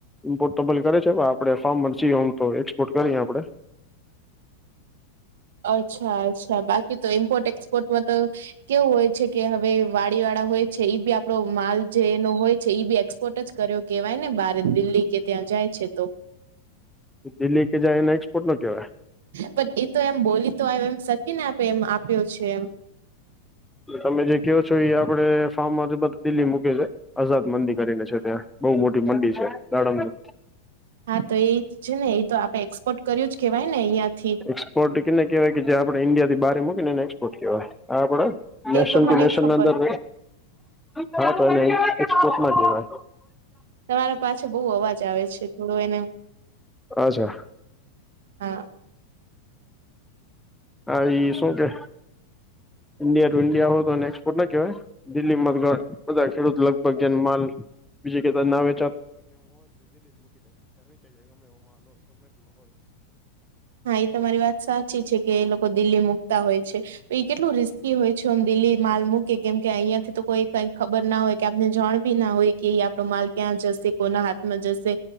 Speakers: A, in the centre; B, on the right (about 80°).
A: ઇમ્પોર્ટ તમાને કરે છે આપણે ફાર્મમાં જઈ એમ તો એક્સપોર્ટ કરીએ આપેડે.
B: અચ્છા અચ્છા બાકી તો ઇમ્પોર્ટ એક્સપોર્ટમાં તો. કેવું હોય છે કે હવે વાડી વાળા હોય છે ઈ બી આપડો માલ જેનો હોય છે ઈ બી એ કોટ જ કર્યો કેહેવાય ને બારે દિલ્હી કે ત્યાં જાય છે તો.
A: દિલ્હી કે જાય ને એક્સપોર્ટ નો કેવાય.
B: પણ એ તો એમ બોલી તો આવ એમ શકી ને આપે એમ આપ્યો છે એમ.
A: તમે જે કહો છો એ આપડે ફાર્મમાંથી બધ દિલ્લી મૂકે છે. આઝાદ મંડી કરીને છે ત્યાં બહુ મોટી મંડી છે દાડંગની.
B: હા, તો એ છે ને એ તો આપડે એક્સપોર્ટ કર્યું જ કેહેવાય ને અહિયાં થી.
A: એક્સપોર્ટ કેને કવાય કે જે આપણે ઇન્ડિયા થી બારે મૂકીને એનેક્સપોર્ટ કહેવાય. હા, આપડે નેશન
B: એ તો મને
A: ટુ નેશન
B: ખબર
A: ના અંદર. હા, તો એને એક્સપોર્ટ ના કેવાય.
B: તમારો પાછે બહુ અવાજ આવે છે થોડો એને
A: અચ્છા
B: હા.
A: હા, એઈ શું કે? ઇન્ડ ટુ ઇન્ડિયા હો તો, એ એક્સપોર્ટ ના કેવાય. દિલ્હીમાં બધા ખેડૂત લગભગ જેનો માલ. બીજી કે ના વે
B: હા, એ તમારી વાત સાચી છે કે, દિલ્હી મુકતા હોય છે. તો એ કેટલું રિસ્કી હોય છે, એમ દિલ્હી માલ મૂકતા હોય છે, કેમ કે અહિયાં થી તો કોઈ કઈ ખબર ના હોય. કે આપને જાણ ભી ના હોય કે, એ આપણો માલ ક્યાં જશે? કોના હાથમાં જશે?